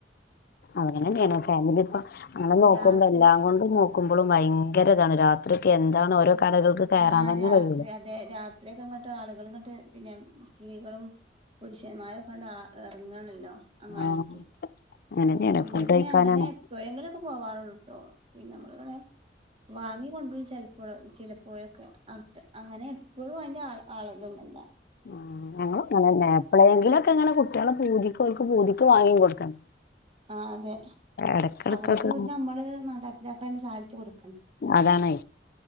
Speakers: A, on the left (about 55°); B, on the right (about 35°).
A: ആഹ് അങ്ങനെ ഫാമിലി ഇപ്പ അങ്ങനെ നോക്കുമ്പോ
B: രാത്രി
A: എല്ലാം കൊണ്ടും നോക്കുമ്പോളും ഭയ ഭയങ്കരതാണ് രാത്രിക്ക് എന്താണ് ഓരോ കടകൾക്ക് കയറാൻ
B: ആഹ്
A: തന്നെ
B: രാത്രി
A: കഴിയൂല
B: അതെ രാത്രിയ ഒക്കെ ഇങ്ങോട്ട് ആളുകൾ ഇങ്ങോട്ട് പിന്നെ സ്ത്രീകളും പുരു മാരൊക്കെ ഇറങ്ങണല്ലോ അങ്ങാടിക്ക്
A: ആഹ് അങ്ങനെന്നെയാണ്
B: നമ്മള്
A: ഫുഡ്
B: പിന്നെ
A: കഴിക്കാനാണ്
B: അങ്ങനെ എപ്പോഴെങ്കിലുമൊക്കെ പോവാറുള്ളൂട്ടോ പിന്നെ നമ്മള് ഇവിടെ വാങ്ങി കൊണ്ടുവരും ചിലപ്പോ <unintelligible> ചില <unintelligible> <unintelligible> അങ്ങനെ ഇപ്പോഴും അതിന്റെ ആള് അളകന്നല്ല
A: ആ ഞങ്ങ അങ്ങനെ എപ്പളെകിലുമൊക്കെ ഇങ്ങനെ കുട്ടികളെ പൂതിക്കൊൽക്ക് പൂതി വാങ്ങി കൊടുക്കണം
B: ആ അതെ
A: എടക്കെടക്കൊക്കെ
B: അവരെ പോ നമ്മള് മാതാപിതാക്ക തന്നെ സാധിച്ചു കൊട്
A: അതണ്